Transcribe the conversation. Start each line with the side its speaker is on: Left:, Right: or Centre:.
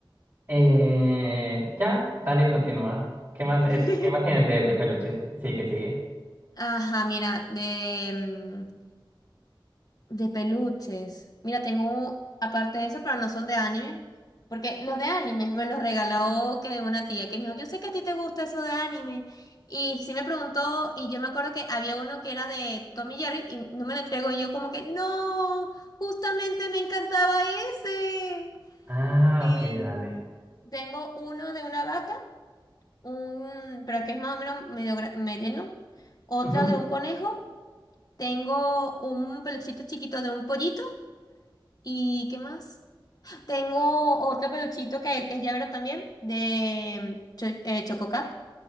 Right: eh, ya, dale, continúa. ¿Qué más, eh,
Left: <laughs>
Right: qué más tienes de, de peluches? Sigue, sigue.
Left: Ajá, mira, de, mm, de peluches. Mira, tengo, aparte de eso, pero no son de anime. Porque los de anime me los regaló que una tía que me dijo, yo sé que a ti te gusta eso de anime. Y sí me preguntó, y yo me acuerdo que había uno que era de Tommy Jerry y no me lo entregó y yo como que, no, justamente me encantaba ese.
Right: Ah,
Left: Y
Right: ok, dale.
Left: tengo uno de una vaca un, pero que es más o menos medio gra- medio, ¿no? Otra
Right: Ujú.
Left: de un conejo. Tengo un peluchito chiquito de un pollito. ¿Y qué más? Tengo otro peluchito que es llavero también, de Cho- eh, Chococat,